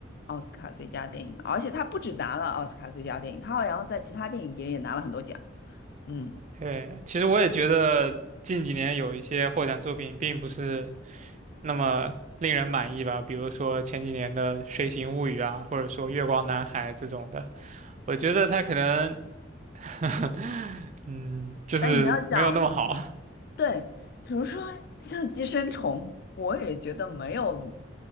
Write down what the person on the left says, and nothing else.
奥斯卡最佳电影，而且他不止拿了奥斯卡最佳电影，他好像在其他电影节也拿了很多奖。嗯，
但是你要讲，对，比如说像《寄生虫》，我也觉得没有，